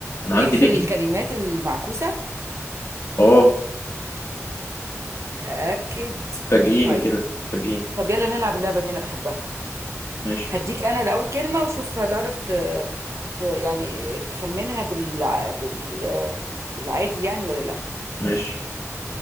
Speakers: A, on the left; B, on the right.
A: انا
B: ليك
A: عندي
B: في
A: ليكي
B: الكلمات المعكوسة
A: اه
B: متأكد
A: فاجئيني
B: طيب
A: كده فاجئيني
B: طب يلا نلعب اللعبة دي أنا بحبها
A: ماشي
B: هديك أنا الأول كلمة وشوف هتعرف ت... ت... يعني تخمنها بال... بال... بالعادي يعني ولا لأ
A: ماشي